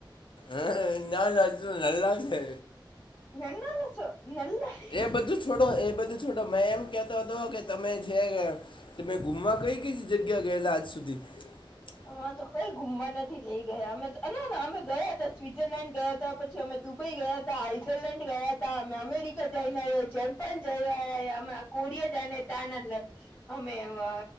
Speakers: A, on the left; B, on the left.
A: અ ના ના તુ નલા છે.
B: નલ્લાલુ છો નલ્લા.
A: એ બધું છોડો એ બધું છોડ તો મેં એમ કહેતો હતો કે તમે જે તમે ગુમવા કઈ કઈ જગ્યા ગયેલા આજ સુધી. <unintelligible>
B: હ તો કઈ ગુમવા નથી લઇ ગયા અમે ના-ના અમે ગયા હતા સ્વિઝરલેન્ડ ગયા હતા. પછી અમે દુબઈ ગયા હતા, આઈઝરલેન્ડ ગયા હતા, અમે અમેરિકા જઈને આવ્યા, જેમપાન જઈ આવ્યા અમે. કુડીયા જાને તાના અમે એવા.